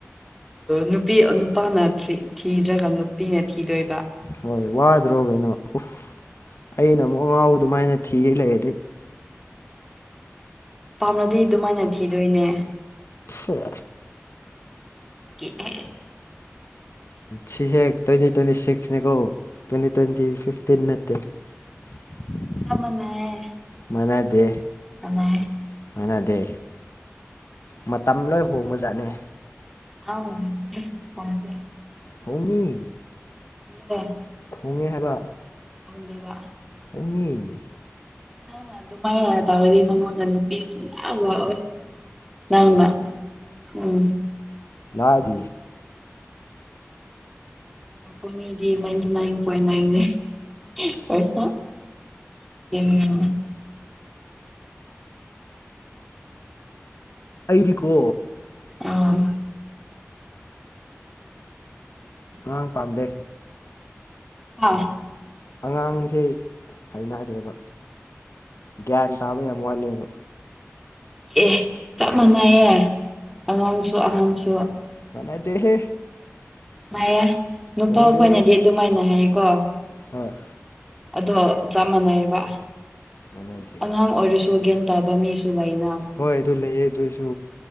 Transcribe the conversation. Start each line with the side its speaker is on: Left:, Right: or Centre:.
Centre: ꯅꯨꯄꯤ ꯅꯨꯄꯥꯅ ꯊꯤꯗ꯭ꯔꯒ ꯅꯨꯄꯤꯅ ꯊꯤꯗꯣꯏꯕ
Left: ꯍꯣꯏ ꯋꯥꯗ꯭ꯔꯣ ꯀꯩꯅꯣ ꯎꯐ ꯑꯩꯅ ꯑꯃꯨꯛ ꯑ ꯉꯥꯎꯕ ꯑꯗꯨꯃꯥꯏꯅ ꯊꯤꯒ ꯂꯩꯔꯗꯤ
Centre: ꯄꯥꯝꯅꯗꯤ ꯑꯗꯨꯃꯥꯏꯅ ꯊꯤꯗꯣꯏꯅꯦ
Left: ꯁꯦ
Centre: ꯍ
Left: ꯁꯤꯁꯦ ꯇ꯭ꯋꯦꯟꯇꯤ ꯇ꯭ꯋꯦꯟꯇꯤ ꯁꯤꯛꯁꯅꯦꯀꯣ ꯇ꯭ꯋꯦꯟꯇꯤ ꯇ꯭ꯋꯦꯟꯇꯤ ꯐꯤꯐꯇꯤꯟ ꯅꯠꯇꯦ <unintelligible>
Centre: ꯃꯅꯥꯌꯦ
Left: ꯃꯥꯟꯅꯗꯦ
Centre: ꯑ
Left: ꯁꯃꯅꯗꯦ ꯃꯇꯝ ꯂꯣꯏ ꯍꯣꯡꯕꯖꯥꯠꯅꯤ
Centre: ꯍ ꯍꯗ ꯍꯗ
Left: ꯍꯣꯡꯉ
Centre: ꯑꯣ
Left: ꯍꯣꯡꯉꯦ ꯍꯥꯏꯕ
Centre: ꯑꯣꯅꯦ ꯋꯥ
Left: ꯄꯨꯡꯉ
Centre: ꯅꯪꯅ ꯑꯗꯨꯃꯥꯏꯅ ꯇꯧꯔꯗꯤ ꯅꯉꯣꯟꯗ ꯅꯨꯄꯤꯁꯨ ꯌꯥꯝ ꯌꯥꯥꯎꯋꯦ ꯂꯃ ꯎꯝ
Left: ꯂꯥꯛꯗꯤ
Centre: ꯣꯏꯗꯤꯟꯇꯤꯟ ꯣꯏꯦ ꯄꯁ ꯎ
Left: ꯑꯩꯗꯤꯀꯣ
Centre: ꯑ
Left: ꯑꯉꯥꯡ ꯄꯥꯝꯗꯦ
Centre: ꯑꯥ
Left: ꯑꯉꯥꯡꯁꯦ ꯍꯩꯅꯗꯦꯕ ꯒ꯭ꯌꯥꯟ ꯇꯥꯕ ꯌꯥꯝ ꯋꯥꯠꯂꯦꯕ
Centre: ꯑꯦ ꯆꯞ ꯃꯥꯟꯅꯩꯌꯦ ꯑꯉꯥꯡꯁꯨ ꯑꯍꯟꯁꯨ
Left: ꯃꯅꯗꯦꯍꯦ
Centre: ꯌꯦ ꯅꯨꯄꯥꯈꯣꯏꯅꯗꯤ
Left: ꯃꯥꯟꯅꯗꯦ
Centre: ꯑꯗꯨꯃꯥꯏꯅ ꯍꯥꯏꯀꯣ
Left: ꯍꯣꯏ
Centre: ꯑꯗꯣ ꯆꯞ ꯃꯥꯟꯅꯩꯑꯕ
Left: ꯃꯥꯟꯅꯗꯦ
Centre: ꯑꯉꯥꯡ ꯑꯣꯏꯔꯁꯨ ꯒ ꯇꯕꯃꯤꯁꯨꯨꯒꯥꯏꯅ
Left: ꯍꯣꯏ ꯑꯗꯨ ꯂꯩꯌꯦ ꯑꯗꯨꯑꯣꯏꯁꯨ